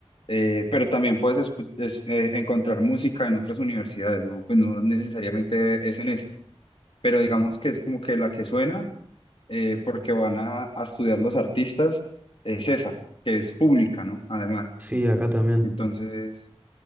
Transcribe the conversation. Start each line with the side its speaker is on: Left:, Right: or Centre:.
Left: eh, pero también puedes escu- es- eh, encontrar música en otras universidades, ¿no? Pues no necesariamente es en esa, pero digamos que es como que la que suena, eh, porque van a, a estudiar los artistas, es esa, que es pública, ¿no? Además,
Right: Sí, acá también.
Left: entonces...